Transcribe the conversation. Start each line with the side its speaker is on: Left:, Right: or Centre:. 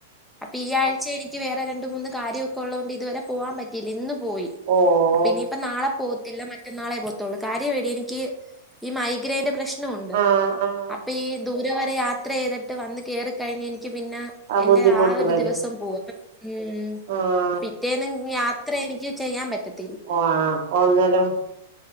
Centre: അപ്പീ ആഴ്ച എനിക്ക് വേറെ രണ്ട് മൂന്ന് കാര്യവൊക്കെ ഒള്ളോണ്ട് ഇതുവരെ പോവാൻ പറ്റീല്ല്യ ഇന്ന് പോയി.
Right: ഒ ഓഹ്.
Centre: പിന്നീപ്പ നാളെ പോവത്തില്ല മറ്റന്നാളെ പോവത്തൊള്ളൂ കാര്യവെടീ എനിക്ക് ഈ മൈഗ്രൈന്റെ പ്രശ് നവൊണ്ട്
Right: ആഹ് ആഹ്
Centre: അപ്പൊ ഈ ദൂരെ വരെ യാത്രെയ്തിട്ട് വന്ന് കേറിക്കഴിഞ്ഞാ എനിക്ക് പിന്ന എന്റെ
Right: ബുദ്ധിമുട്ട്
Centre: ആ ഒര്
Right: വരും
Centre: ദിവസം പോവും, അപ്പ ഉം.
Right: ആഹ്.
Centre: പിറ്റേന്നും യാത്ര എനിക്ക് ചെയ്യാൻ പറ്റത്തി
Right: വൊ ആഹ് ഒന്നരം